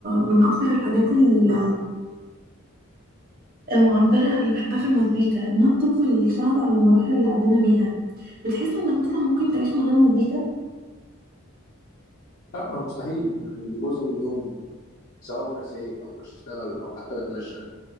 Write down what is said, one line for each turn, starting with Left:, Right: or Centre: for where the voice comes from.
Right: من اكتر الحاجات ال- المعبرة اللي بحبها في المزيكا انها بتفضل شاهدة على المراحل اللي عدينا بيها بتحس انك مثلا ممكن تعيش من غير مزيكا
Left: لا مستحيل يعني دي جزء من يومي سواء وأنا سايق أو بشتغل أو حتى بتمشى